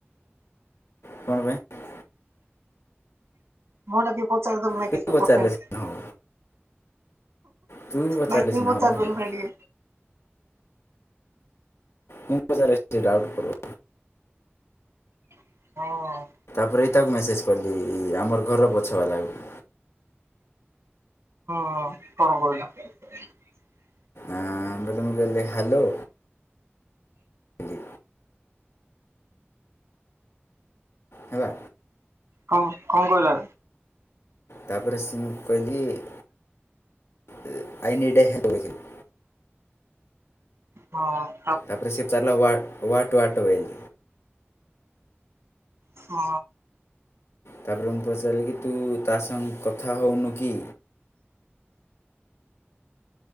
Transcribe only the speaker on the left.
କଣ ପାଇଁ?
ତୁ
ପଚାରିଲେ
ସିନା ହେବ ତୁ ପଚାରିଲେ
ସିନା
ହେବ ମୁଁ
ମୁଁ ପଚାରେ ସିଏ ଡାଉଟ କର
ତାପରେ ଏଇ ତାକୁ ମେସେଜ କଲି ଆମର ଘର ପଛ ବାଲାକୁ।
ଆ ମୁଁ କହିଲି ମୁଁ କହିଲି ହ୍ୟାଲୋ। କହିଲି ହେଲା।
ତାପରେ ସେ ମୁଁ କହିଲି ଆଇ ନିଡ ଏ ହେଲ୍ପ <unintelligible>
ତାପରେ ସେ <unintelligible> ୱାଟ ୱାଟ ୱେଲ୍।
ତାପରେ ମୁଁ ପଚାରିଲି କି -ତୁ ତା ସାଙ୍ଗେ କଥା ହେଉନୁ କି?